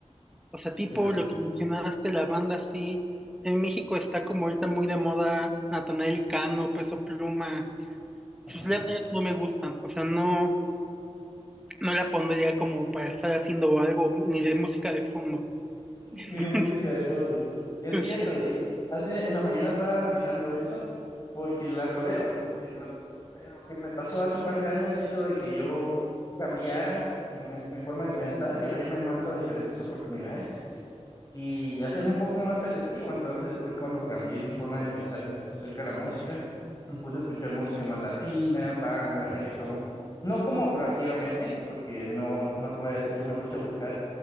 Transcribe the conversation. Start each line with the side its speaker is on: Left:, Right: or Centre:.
Centre: O sea, tipo
Left: de la letra.
Centre: lo que mencionaste, la banda sí. En México está como ahorita muy de moda Natanael Cano, Peso Pluma.
Left: Ujú.
Centre: Sus letras no me gustan. O sea, no. no la pondría como para estar haciendo algo, ni de música de fondo. <laughs>
Left: <laughs> Ni de música de fondo. Es
Centre: Entonces,
Left: cierto,
Centre: o sea,
Left: y hace, en la mañana estaba analizando eso porque la tolero. En lo, en lo que me pasó hace un par de años hizo de que yo cambiara mi, men- mi forma de pensar y abrirme más a diferentes oportunidades. y hacerme un poco más receptivo. Entonces fue cuando cambié mi forma de pensar en acerca de la música. Me puse a escuchar música más latina, banda, reggaetón. No como proactivamente, porque no, no te voy a decir, yo me puse a buscar